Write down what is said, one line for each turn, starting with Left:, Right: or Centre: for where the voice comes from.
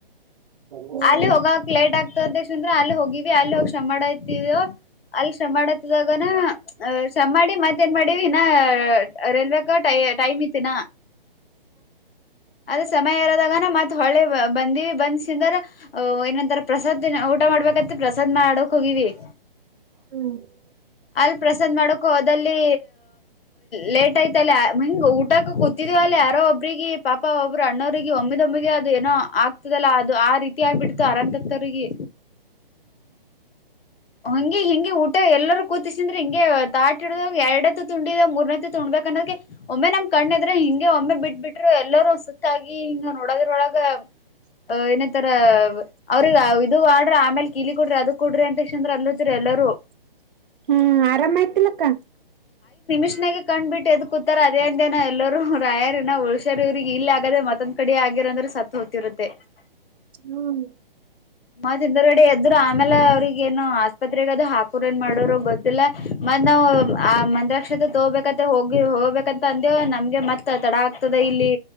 Right: ಹ್ಮ್
Left: ಅಲ್ಲಿ ಹೋಗಕ್ ಲೇಟ್ ಆಗ್ತದೆ. ತಿಂದ್ರ ಅಲ್ಲಿ ಹೋಗಿವಿ ಅಲ್ಲಿ ಹೋಗಿ <unintelligible> ಮಾಡತಿದೊ. ಅಲ್ಲಿ ಶ್ರಮಡ್ ಮಾಡತ್ತದಾಗನ ಶ್ರಮ ಮಾಡಿ ಮತ್ತೇನ್ ಮಾಡಿವ್ ಇನ್ನ ರೈಲ್ವೆಕ ಟ್ಟಿ ಟೈಮ್ ಇತ್ತನಾ ಆದ್ರ ಸಮಯ ಇರದಾಗ ನ ಮತ್ ಹೊಳೆ ಬಂದ ಬಂದ್ಸಿಂದಾರ್ ಏನಂತಾರ ಪ್ರಸಾದ್ ಊಟ ಮಾಡ್ಬೇಕ ಪ್ರಸಾದ್ ಮಾಡ ಹೋಗವಿ <inaudible>
Right: ಹ್ಮ್
Left: ಅಲ್ಲಿ ಪ್ರಸಾದ್ ಮಾಡಕು ಅದಲ್ಲಿ ಲೇಟ್ ಆಯ್ತ ಅಲ್ಲಿ ಹಿಂಗ್ ಊಟ ಕೂತಿದವ ಅಲ್ಲ ಯಾರೋ ಒಬ್ರಿಗೆ ಪಾಪ ಒಬ್ಬರು ಅಣ್ಣೋರಿಗೆ ಒಮ್ಮಿದೊಬ್ ನಮಗೆ ಅದು ಏನೋ ಆಗ್ತದಲ್ಲಾ ಅದು ಆ ರೀತಿ ಆಗ್ಬಿಡ್ತು ಅರಂಂತತ್ರಿಗೆ ಹಂಗಗೆ ಹಿಂಗೆ ಊಟ ಎಲ್ಲ ಕೂತಿಸಿದ್ರೆ ಹಿಂ ತಾಟ ಹಡ ಎರಡತ್ತು ತುಂಡಿದ ಮೂರ್ನತ್ತು ತುಬೇಕ ಅನ್ನೋದ ಒಮ್ಮೆ ನಮ್ ಕಣ್ಣದ್ರೆ ಹಿಂಗೆ ಒಮ್ಮೆ ಬಿಟ್ ಬಿಟ್ರು ಎಲ್ಲರೂ ಸುತ್ತಾಗಿ ಹಿಂಗ ನೋಡೋದ್ರೊಳಗ ಅ ಏನತರ ಅವ್ರಿಗೆ ಇದು ಮಾಡ್ರ ಆಮೇಲೆ ಕಿಲಿ ಕೊಡ್ರಿ ಅದ ಕೊರರಿ ಅಂತ ತಕ್ಷಂದ್ರ ಅಲ್ಲತ್ರಿ ಎಲ್ಲರೂ
Right: ಹ್ಮ್ ಆರಾಮ ಆಯ್ತಿಲ್ಲಕ್ಕ
Left: ಕ ಕ್ಬಟ್ಟುದ್ಕೂತಾರೆ ಅದೇ ಇನ ಎಲ್ಲರೂ ರಾಯಾರನ ಉಳ್ಸ್ಯ ಇವ್ರಿಗೆ ಇಲ್ಲಿ ಆಗದೆ ಮತ್ತೊಂದ ಕಡೆ ಆಗಿರ ಅಂದ್ರೆ ಸತ್ ಹೋತಿರುತ್ತೆ ಹ
Right: ಹ್ಮ್
Left: ಮತದ್ರಗಡೆ ಎದರು ಆಮೇಲೆ ಅವ್ರಿಗ ಏನು ಆಸ್ಪತ್ರೆಗ ಅದು ಹಾಕೋರ್ ಏನ್ ಮಾಡೋರು ಗೊತ್ತಿಲ್ಲ ಮತ್ ನಾವು ಆ ಮಂತ್ರಾಕ್ಷತೆ ತಗೋಬೇಕತ್ತ ಹೋಗಿ ಹೋಗ್ಬೇಕಂತ ಅಂದ ನಮ್ಗೆ ಮತ್ ತಡ ಆಗ್ತದೆ ಇಲ್ಲಿ